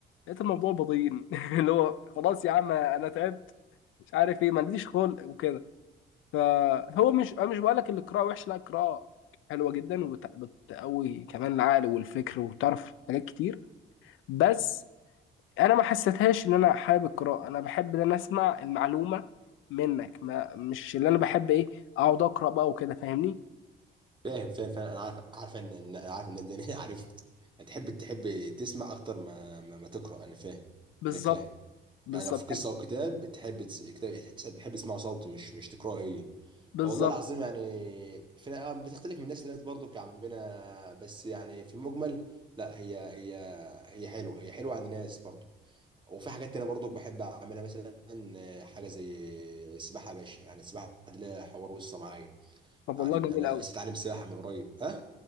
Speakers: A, on the left (about 85°); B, on the right (about 25°).
A: لقيت الموضوع بضيين <laughs> اللي هو خلاص يا عم انا تعبت مش عارف ايه ما عنديش خلق وكده فهو مش انا مش بقول لك القراءه وحشه لا القراءه حلوه جدا وبتقوي كمان العقل والفكر وتعرف حاجات كتير بس انا ما حسيتهاش ان انا حابب القراءه انا بحب ان انا اسمع المعلومه منك ما مش اللي انا بحب ايه اقعد اقرا بقى وكده فاهمني
B: فاهم فاهم فاهم انا عارف عارف ان إن- انا عارف الناس دي <laughs> عارف هتحب تحب تسمع اكتر ما ما, ما تقرا انا فاهم
A: بالظبط
B: انا فاهم
A: بالظبط
B: يعني لو في قصه او كتاب بتحب تس- كتاب بتحب تسمعه صوتي مش مش تقراه هي
A: بالظبط
B: والله العظيم يعني فينا بتختلف من ناس لناس برضو كعمنا بس يعني في المجمل لا هي هي هي حلوه هي حلوه عند ناس برضو وفي حاجات تانية برضو بحب اعملها مثلا آه، حاجه زي السباحه يا باشا يعني السباحه دي لها حوار وقصه معايا
A: طب والله
B: يعني
A: جميل
B: انا
A: قوي
B: لسه اتعلم سباحه من قريب ها